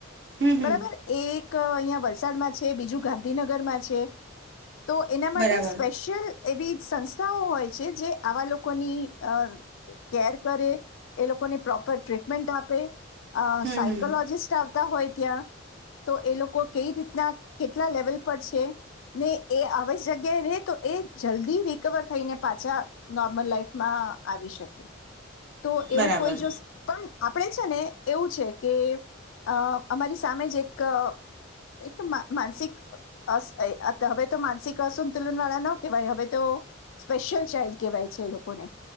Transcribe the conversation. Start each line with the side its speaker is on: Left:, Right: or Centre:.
Right: હમ હમ
Left: બરાબર એક એક અહિયાં વલસાડમાં છે. બીજું ગાંધીનગરમાં છે. તો એના માટે
Right: બરાબર
Left: સ્પેશિયલ એવી સંસ્થાઓ હોય છે. જે આવા લોકોની અ કેર કરે એ લોકોને પ્રોપર ટ્રીટમેન્ટ આપે અ
Right: હમ
Left: સાયકોલોજીિસ્ટ
Right: હમ
Left: આવતા હોય. ક્યાં? તો એ લોકો કેઈ રીતના કેટલા લેવલ પર છે. ને એ આવી જગ્યાએ રહે, તો એ જલ્દી રિકવર થઈને પાછા નોર્મલ લાઈફમાં આવી શકે. તો
Right: બરાબર
Left: એવું કોઈ જો સ પણ આપણે છે, ને એવું છે, કે અ અમારી સામે જ એક ક એક માનસિક અ અ હવે તો માનસિક અસંતુલન વાળા ન કહેવાય. હવે તો સ્પેશિયલ ચાઇલ્ડ કેહેવાય છે. એ લોકોને